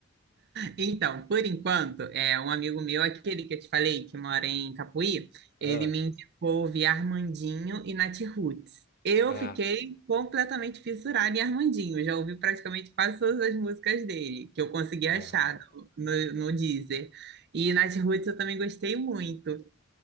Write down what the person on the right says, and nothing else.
Então, por enquanto, é um amigo meu, aquele que eu te falei, que mora em Capuí, ele
me indicou ouvir Armandinho e Nath Roots. Eu
fiquei completamente fissurada em Armandinho, eu já ouvi praticamente quase todas as músicas dele, que eu consegui
achar no, no, no Deezer. E Nath Roots eu também gostei muito.